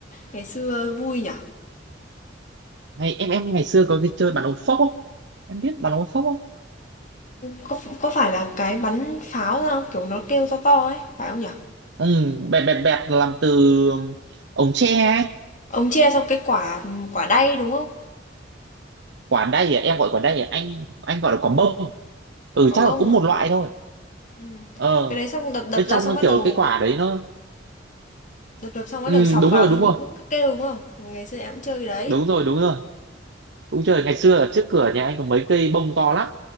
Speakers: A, on the left; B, on the right.
A: Ngày xưa vui nhỉ.
B: ngày em em ngày xưa có cái chơi bàn ống phốc không em biết bàn ống phốc không
A: có có phải là cái bắn pháo ra Kiểu, nó kêu to to ấy, phải không nhỉ?
B: ừ bẹp bẹp bẹp làm từ ống tre ấy.
A: Ông chia xong cái quả, quả đay, đúng không?
B: quả đay à em gọi quả đay à anh anh gọi là quả bông ừ
A: Quả
B: chắc
A: bông
B: là cũng
A: à?
B: một loại thôi
A: Ừm,
B: ờ
A: cái đấy xong đập đập
B: bên
A: ra
B: trong
A: xong
B: nó
A: bắt
B: kiểu
A: đầu
B: cái quả đấy nó
A: đập đập xong bắt
B: Ừ,
A: đầu sọc
B: đúng
A: vào
B: rồi
A: xong
B: đúng rồi
A: nó cũng cứ kêu, đúng không? Ngày xưa em cũng chơi cái đấy.
B: đúng rồi đúng rồi cũng trời ngày xưa ở trước cửa nhà anh có mấy cây bông to lắm